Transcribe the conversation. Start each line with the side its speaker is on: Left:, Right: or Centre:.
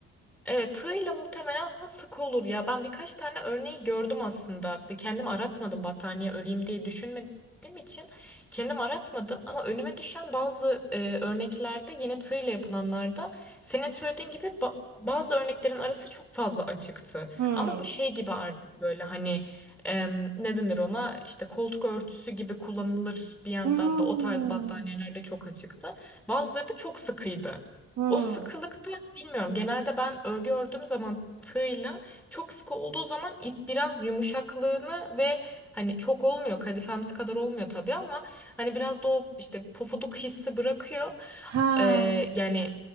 Centre: Evet, tığıyla muhtemelen sık olur ya. Ben birkaç tane örneği gördüm aslında. Bir Kendim aratmadım battaniye öreyim diye düşünmediğim için kendim aratmadım. Ama önüme düşen bazı e, örneklerde yine tığıyla yapılanlarda senin söylediğin gibi ba- bazı örneklerin arası çok fazla açıktı.
Right: Hmm.
Centre: Ama bu şey gibi artık böyle hani em, ne denir ona işte koltuk örtüsü gibi kullanılır bir yandan
Right: Hmm.
Centre: da o tarz battaniyelerde çok açıktı. Bazıları da çok sıkıydı.
Right: Hmm.
Centre: O sıkılıkta bilmiyorum. Genelde ben örgü ördüğüm zaman tığla çok sıkı olduğu zaman ip biraz yumuşaklığını ve hani çok olmuyor kadifemsi kadar olmuyor tabii ama hani biraz da o işte pofuduk hissi bırakıyor.
Right: Ha.
Centre: Ee, yani